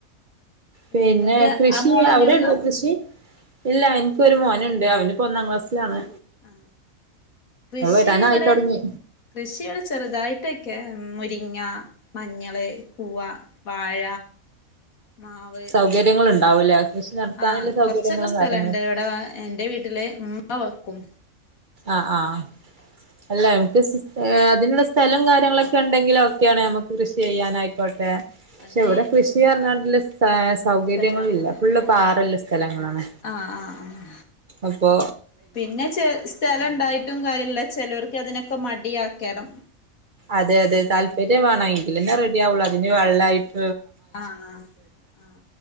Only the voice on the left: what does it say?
നിങ്ങൾക്ക്
ആ മോളന്നെ
ഉള്ളൂ
ആ കൃഷി
ഇവിടെ
കൃഷിവിടെ ചെറുതായിട്ടൊക്കെ രിങ്ങ മഞ്ഞള് കൂവ വായ മാവ്
ആഹ
കൊറച്ചൊക്കെ സ്ഥലണ്ട്
ഇവിടെ എന്റെ വീട്ടില് ഉമ്മ വെക്കും
അത്
സ്ഥലണ്ടല്ല
ആഹ്
ആഹ് ആഹ്
പിന്നെ ചെ സ്ഥലം ണ്ടായിട്ടും കാര്യല്ല ചെലോർക്ക് അതിനൊക്കെ മടിയാകാരം
ആഹ ആ